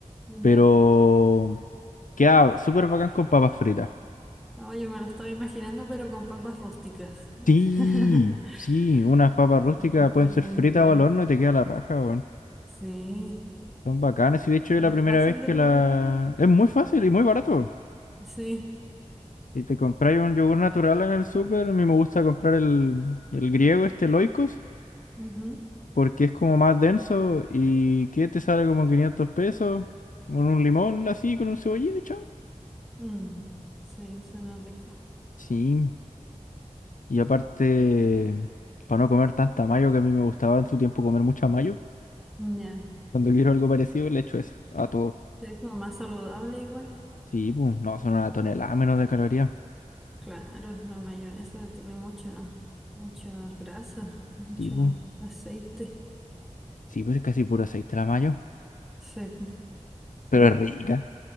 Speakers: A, in the centre; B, on the left.
A: Ya.
B: Pero queda súper bacán con papas fritas.
A: No, yo me lo estaba imaginando, pero con papas rústicas. <laughs>
B: Sí, sí, unas papas
A: Debe
B: rústicas pueden
A: ser muy
B: ser fritas
A: bueno.
B: o al horno y te queda la raja, weón.
A: Sí.
B: Son bacanas y de hecho
A: ¿Y
B: es la
A: es
B: primera
A: fácil
B: vez
A: de
B: que
A: preparar?
B: la... Es muy fácil y muy barato.
A: Sí.
B: Si te compras un yogur natural en el súper, a mí me gusta comprar el, el griego, este Loikos,
A: ujú,
B: porque es como más denso y que te sale como 500 pesos, con un limón así, con un cebollín y chao.
A: mm, Sí, suena rico.
B: Sí, y aparte, para no comer tanta mayo, que a mí me gustaba en su tiempo comer mucha mayo,
A: Ya.
B: cuando quiero algo parecido le echo eso a todo.
A: Sí, pues más saludable igual.
B: Sí, pues, no, son una tonelada menos de calorías.
A: Claro, la mayonesa tiene mucha, mucha grasa, mucho
B: Sí, pues,
A: aceite.
B: sí, pues es casi puro aceite la mayo,
A: Sí, pues.
B: pero es rica,